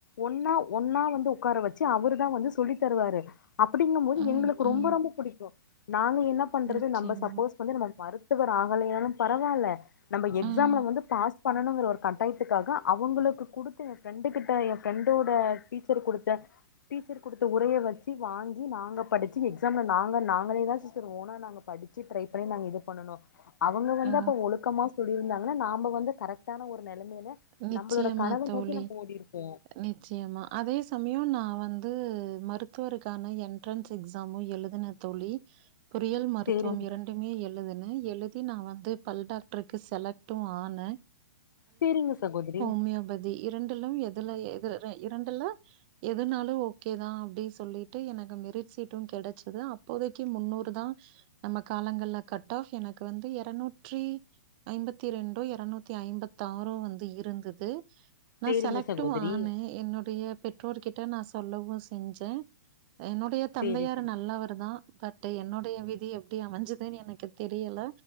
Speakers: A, on the left (about 80°); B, on the right (about 30°).
A: ஒன்னா ஒன்னா வந்து உட்கார வச்சு அவரு தா வந்து சொல்லி தருவாரு அப்டிங்கு போது
B: ம்,
A: எங்களுக்கு
B: ம்.
A: ரொம்ப ரொம்ப புடிக்கு நாங்க என்ன பண்றது
B: நிச்சயமா.
A: நம்ம சப்போஸ் வந்து நம்ம மருத்துவர் ஆகலையினாலு பரவாயில்ல நம்ம எக்ஸாம்ல
B: ம்.
A: வந்து பாஸ் பண்ணணுங்கிற ஒரு கட்டாயத்துக்காக அவங்களுக்கு குடுத்த என் ஃப்ரெண்டு கிட்ட என் ஃப்ரெண்டோட டீச்சர் குடுத்த டீச்சர் குடுத்த உரையை வச்சு வாங்கி நாங்க படிச்சு எக்ஸாம்ல நாங்க நா பண்ணிதா சிஸ்டர் ஓன்னா நாங்க படிச்சு டிரை பண்ணி நாங்க இது பண்ணுனோ அவங்க வந்து
B: ஓ!
A: அப்ப ஒழுக்கமா சொல்லிருந்தாங்கன்னா நாம வந்து கரெக்டான ஒரு நெலைமையில
B: நிச்சயமா
A: நம்மளோட கனவ
B: தோழி.
A: நோக்கி நம்ம ஓடிருப்போ
B: நிச்சயமா அதே சமயோ நா வந்து மருத்துவருக்கான என்ட்ரன்ஸ் எக்ஸாமு எழுதுன தோழி பொறியியல் மருத்துவம்
A: சேரிங்க
B: இரண்டு ரெண்டுமே எழுதுன எழுதி நா வந்து பல் டாக்டருக்கு செலக்டு ஆனே
A: செரிங்க சகோதிரி
B: ஹோமியோபதி இரண்டுல்லும் எதுல எது ல இரண்டுல்ல எதுனாலு ஓகே தா அப்டி சொல்லிட்டு எனக்கு மெரிட் ஷீட்டு கெடச்சது அப்போதைக்கு முன்னூறு தா நம்ம காலங்கள்ல கட் ஆஃப் எனக்கு வந்து இரநூற்றி ஐம்பத்தி இரண்டோ இரநூத்தி ஐம்பத்தாறோ வந்து இருந்தது நா
A: சேரிங்க
B: செலக்டு
A: சகோதரி
B: ஆன என்னுடைய பெற்றோர்கிட்ட நா சொல்லவு செஞ்சே என்னுடைய தந்தையார்
A: சேரி சரி
B: நல்லவரு தா பட் என்னுடைய விதி எப்டி அமைஞ்சதுன்னு எனக்கு தெரியல